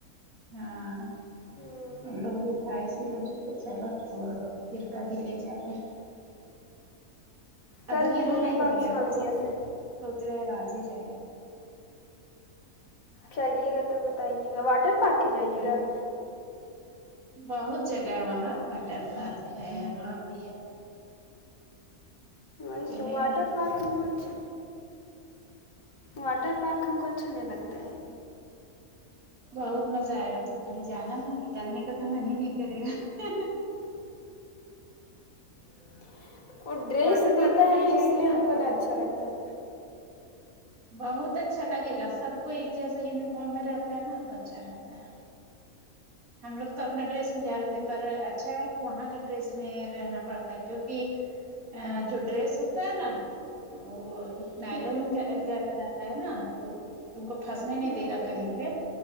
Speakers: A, on the right; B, on the left.
A: ہاں
B: ہوں
A: لوگ بھی تھاھائے اسی لیے چلو چوڑ دو پھر کب لے جائیں گے
B: کل
A: اگر یہاں
B: کیے
A: نہیں
B: بات
A: جائیںے
B: ثانیہ
A: اگر سونچو
B: سے
A: سونچ رہے ہیں آ ہی جائیں گ
B: چلیے گا تو بتائیے گا واٹر پارک ہی جائیے
A: ہوں
B: گا
A: بہت جگہ ہے وہاں واٹر پارک ہے اور بھی ہے
B: وہ
A: چلیں
B: تو
A: گے
B: واٹر پارک کرچ واٹر پارک ہم کو اچھا نہیں لگتا ہے
A: بہت مزہ آئے گا تم کے جانا نا نکلنے کا تو من ہی نہیں کرے گا
B: ہ ہ وہ ڈریس
A: واٹر
B: دیتا
A: پارک
B: ہے
A: نہیں
B: نا
A: جائے
B: اس
A: گی
B: لیے ہم کو
A: تو
B: نا اچھا لگتا ہے
A: بہت اچھا لگے گا سب کو ایک جیسا یونیفارم میں رہتا ہے نا تو اچھا رہتا ہے ہم لوگ تو اپنا ڈریس میں
B: ہوں
A: جا رہے تھے پر اچھا ہے کہ وہاں کا ڈریس میں رہنا پڑتا ہے کیوںکہ ا جو ڈریس ہوتا ہے نا وہ نائلون
B: ہوں
A: جیسا رہتا ہے نا تو تم کو پھنسنے نہیں
B: ہوں
A: دے گا کہیں پہ